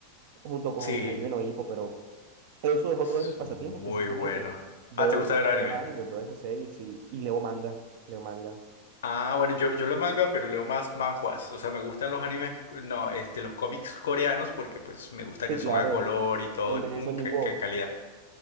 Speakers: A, on the right (about 65°); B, on the left (about 80°).
A: junto con
B: Sí,
A: Hajime no Ippo, pero eso es otro
B: es
A: de mis pasatiempos,
B: muy
A: precisamente.
B: bueno.
A: Veo
B: Ah, ¿te gusta
A: esa,
B: ver anime?
A: veo anime, veo esas series y, y leo manga, leo manga.
B: Ah, bueno, yo, yo leo manga, pero leo más manhwas. O sea, me gustan los animes, no, este, los cómics coreanos, porque pues me gusta
A: Sí,
B: que
A: claro,
B: son a color y todo,
A: el
B: y
A: de
B: como
A: Song
B: que,
A: Jin-woo,
B: que calidad.